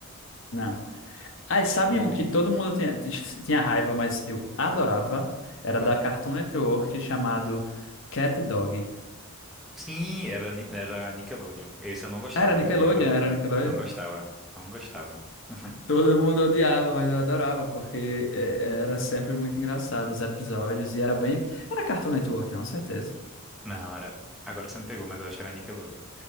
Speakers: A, on the left (about 55°); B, in the centre.
A: Não. Ah, e sabe
B: O
A: um que todo mundo tinha, t- tinha raiva, mas eu adorava? Era
B: qual?
A: da Cartoon Network chamado Cat e Dog.
B: Sim, era, Ni- era Nickelodeon. Esse eu não gostava,
A: Era Nickelodeon,
B: eu lembro.
A: era Nickelodeon.
B: Não gostava, não gostava. <laughs>
A: Todo mundo odiava, mas eu adorava, porque é, era sempre muito engraçado os episódios e era bem. Era Cartoon Network, não, certeza.
B: Na hora. Agora você me pegou, mas eu acho que era Nickelodeon.